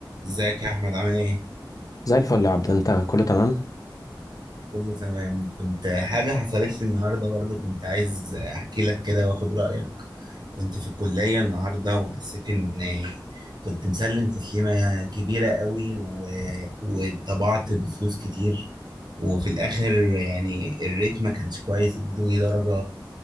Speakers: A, on the right; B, on the left.
A: ازيك يا احمد عامل ايه
B: زي الفل يا عبد انت كله تمام
A: كله تمام كنت حاجه حصلت لي النهارده برضه كنت عايز احكي لك كده واخد رايك كنت في الكليه النهارده وحسيت ان كنت مسلم تسليمه كبيره قوي و... وطبعت بفلوس كتير وفي الاخر يعني الريت ما كانش كويس ادوني درجه